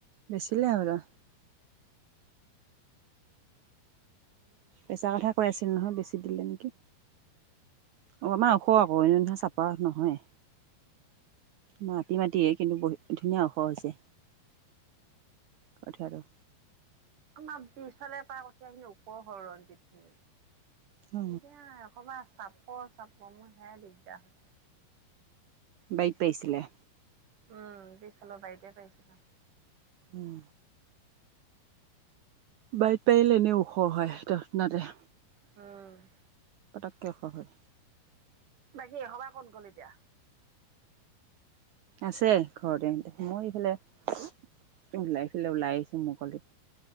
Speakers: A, on the right (about 80°); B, on the right (about 55°).
A: বেছিলে হ'বলা
B: উম
A: পেচাৰ কথা কৈ আছিল নহয় বেছি দিলে নেকি। অ আমাৰ ওখ আকৌ এনেদিনা চাপ নহয়। মাটি মাটিয়েই এইখিনি কিন্তু বহুত ধুনীয়া ওখ হৈছে। কঠিয়া আৰু
B: আমাৰ বিশফালে পৰা কঠিয়া আহি ওপৰহৰ ৰঞ্জিত খিনি
A: অ
B: এতিয়া এসবাৰ চাপ চাপ মোৰ সেয়াই দিগদাৰ হৈছে।
A: বাৰীত পাইছিলে।
B: উম পিছফালৰ বাৰীতে পাইছিলে।
A: উম বাৰীত পাৰিলে এনে ওখ হয় ততসনাতে
B: উম
A: পটককৈ ওখ হয়।
B: বাকী এসবাৰ ক'ত গ'ল এতিয়া
A: আছে ঘৰতে মই এইফালে ওলাই সেইফলে ওলাই আহিছোঁ মকলিত।